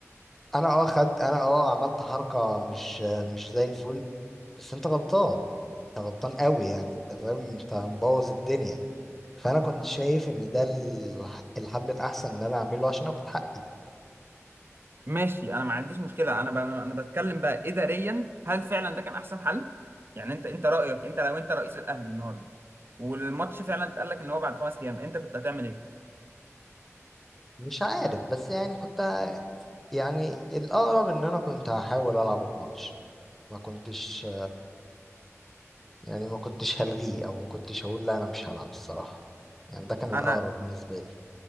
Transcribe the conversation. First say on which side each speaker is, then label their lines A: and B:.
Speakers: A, in the centre; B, on the right.
A: انا اه خدت انا اه عملت حركه مش مش زي الفل بس انت غلطان انت غلطان قوي يعني انت فاهم انت مبوظ الدنيا فانا كنت شايف ان ده الح- الحل الاحسن اللي انا اعمله عشان اخد حقي
B: ماشي انا ما عنديش مشكله انا ب... انا بتكلم بقى اداريا هل فعلا ده كان احسن حل يعني انت انت رايك انت لو انت رئيس الاهلي النهارده والماتش فعلا اتقال لك ان هو بعد خمس ايام انت كنت هتعمل ايه
A: مش عارف بس يعني كنت ه- يعني الاقرب ان انا كنت هحاول العب الماتش ما كنتش يعني ما كنتش هلغيه او ما كنتش هقول لا انا مش هلعب الصراحة يعني ده كان الاقرب
B: انا
A: بالنسبة لي